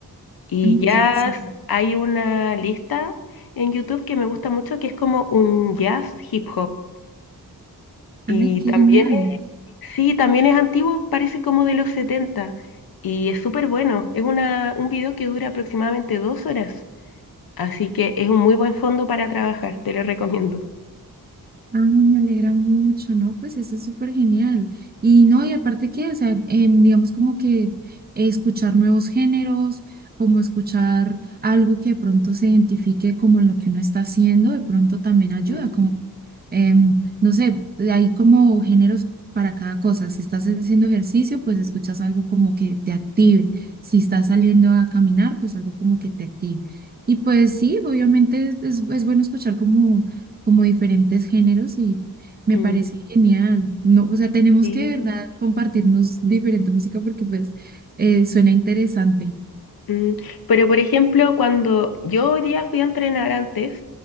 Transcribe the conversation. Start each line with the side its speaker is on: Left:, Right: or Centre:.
Left: Y
Right: Mm,
Left: jazz,
Right: Ya, súper.
Left: hay una lista en YouTube que me gusta mucho que es como un jazz hip hop. Y
Right: Ay, qué
Left: también
Right: genial.
Left: es, sí, también es antiguo, parece como de los setenta Y es súper bueno. Es una, un video que dura aproximadamente dos horas. Así que es un muy buen fondo para trabajar, te lo recomiendo.
Right: Ay, me alegra mucho, ¿no? Pues eso es súper genial. Y no, y aparte que, o sea, em, digamos como que escuchar nuevos géneros, como escuchar algo que de pronto se identifique como lo que uno está haciendo, de pronto también ayuda,
Left: Mm,
Right: como, em, no sé, hay como géneros para cada cosa. Si estás haciendo ejercicio, pues escuchas algo como que te active. Si estás saliendo a caminar, pues algo como que te active. Y pues sí, obviamente es, es es bueno escuchar como como diferentes géneros y me
Left: mm,
Right: parece genial. No, o sea, tenemos
Left: sí,
Right: que de verdad compartirnos diferente música porque pues eh, suena interesante.
Left: mm. Pero por ejemplo, cuando yo hoy día fui a entrenar antes